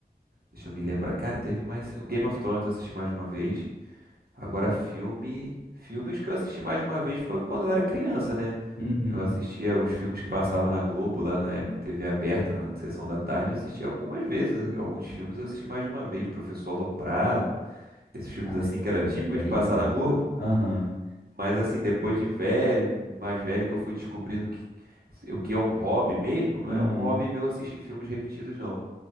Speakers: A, on the right (about 65°); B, on the left (about 75°).
A: deixa eu me lembrar. Cara, teve mais. O Game of Thrones eu assisti mais de uma vez. Agora, filme. Filmes que eu assisti mais de uma vez foi quando eu era criança, né?
B: uhum.
A: Eu assistia os filmes que passava na Globo lá na época, TV aberta, na sessão da tarde. Eu assisti algumas vezes, eh, alguns filmes eu assisti mais de uma vez. Professor Aloprado, esses filmes
B: Ah,
A: assim
B: esse
A: que
B: filme
A: era típico
B: era bem
A: de passar
B: legal.
A: na Globo.
B: Aham,
A: Mas assim, depois de velho, mais velho, que eu fui descobrindo que o que é um hobby mesmo, não
B: uhum.
A: é um hobby meu assistir filmes repetidos, não.